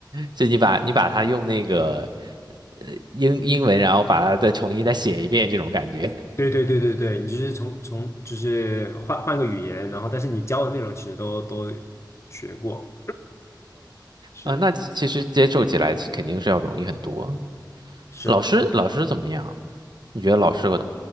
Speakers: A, on the right; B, on the left.
A: 就你把你把它用那个呃英英文，然后把它再重新再写一遍这种感觉。
B: 对，对对对对对，你就是从从就是换换个语言，然后但是你教的内容其实都都学过。是
A: 呃，那其其实接受起来肯定是要容易很多。
B: 是的，
A: 老师，
B: 是的。
A: 老师怎么样？你觉得老师和